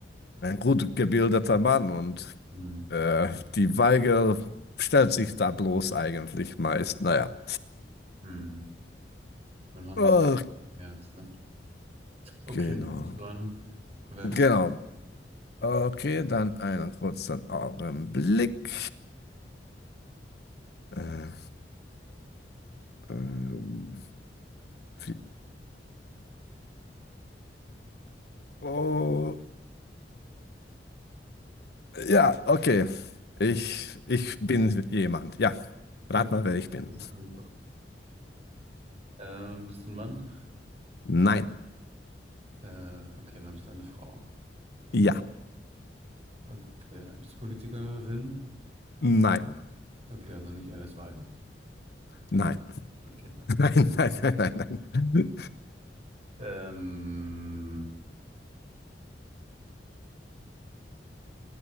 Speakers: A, on the left; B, on the right.
A: ein gut gebildeter Mann und
B: hm,
A: äh, die Weige stellt sich da bloß eigentlich meist. Naja.
B: hm. Wann war
A: Okay,
B: das jetzt, ne? Okay,
A: genau.
B: du bist dran. Wer
A: Genau.
B: bist
A: Okay, dann einen kurzen Augenblick. Äh, ähm, wie, oh, ja, okay. Ich, ich bin jemand. Ja, rat
B: du? Okay.
A: mal, wer ich bin.
B: Das ist super. Ähm, bist du ein Mann?
A: Nein.
B: Äh, okay, dann bist du eine Frau.
A: Ja.
B: Okay, bist du Politikerin?
A: Nein.
B: Okay, also nicht Alice Weidel.
A: Nein.
B: Okay.
A: <laughs> Nein, nein, nein, nein, nein.
B: Ähm,